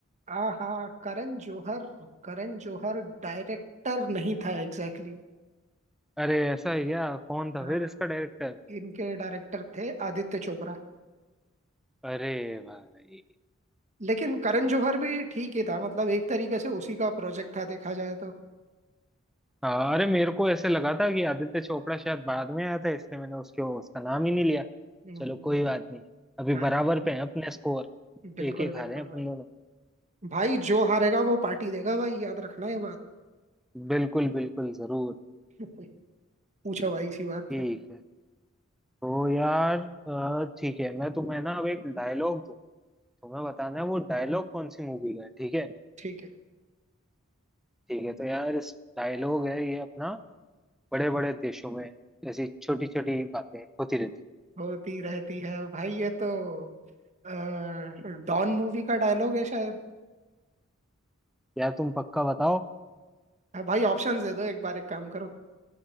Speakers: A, on the right; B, in the centre.
A: आहा करण जौहर करण जौहर डायरेक्टर नहीं था एग्जैक्टली exactly.
B: अरे ऐसा है क्या कौन था
A: हाँ
B: फिर इसका डायरेक्टर
A: इनके डायरेक्टर थे आदित्य चोपड़ा
B: अरे भाई
A: लेकिन करण जौहर भी ठीक ही था मतलब एक तरीके से उसी का प्रोजेक्ट था देखा जाए तो
B: हाँ अरे मेरे को ऐसे लगा था कि आदित्य चोपड़ा शायद बाद में आया था इसलिए मैंने उसके उसका नाम ही नहीं लिया
A: हम्म
B: चलो कोई बात नहीं अभी
A: हाँ
B: बराबर
A: हाँ
B: पे हैं अपने स्कोर
A: बिल्कुल
B: एक एक हारे
A: बिल्कुल
B: हैं अपन
A: भाई
B: दोनों
A: भाई जो हारेगा वो पार्टी देगा भाई याद रखना ये बात
B: बिल्कुल बिल्कुल जरूर
A: <laughs> पूछो भाई इसी बात
B: ठीक
A: पे
B: है तो यार अ, ठीक है मैं तुम्हें ना अब एक डायलॉग दूं तुम्हें बताना है वो डायलॉग कौन सी मूवी का है ठीक है
A: ठीक है
B: ठीक है तो यार इस डायलॉग है ये अपना बड़े बड़े देशों में ऐसी छोटी छोटी बातें होती रहती
A: होती रहती है भाई ये तो अ, डॉन मूवी का डायलॉग है शायद
B: हैं। यार तुम पक्का बताओ
A: हाँ, भाई ऑप्शंस दे दो एक बार एक काम करो